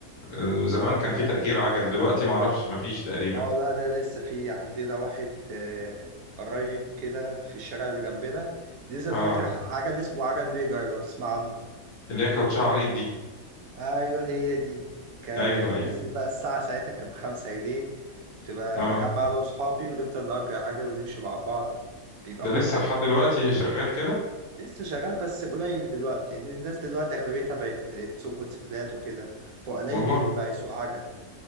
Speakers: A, on the left; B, on the right.
A: آه زمان
B: اه
A: كان
B: كان
A: في تأجير عجل دلوقتي ما اعرفش ما فيش تقريبا
B: اه لا ده لسه في عندنا واحد آه، قريب كده في الشارع اللي جنبنا نزل
A: اه
B: فترة عجل اسمه عجل نيجر لو تسمع عنه
A: اللي هي كاوتشة عريض دي
B: ايوه هي دي كان
A: ايوه
B: في-
A: ايوه
B: نزل بقى الساعة ساعتها كانت بخمسة جنيه كنت ب-
A: اه
B: بجمع انا وصحابي ونفضل نأجر عجل ونمشي مع بعض بيبقى
A: ده
B: متعة
A: لسه لحد دلوقتي شغال كده
B: لسه شغال بس قليل دلوقتي لأن الناس دلوقتي أغلبيتها بقت تسوق موتوسيكلات وكده فقليل
A: والله
B: اللي بقى يسوق عجل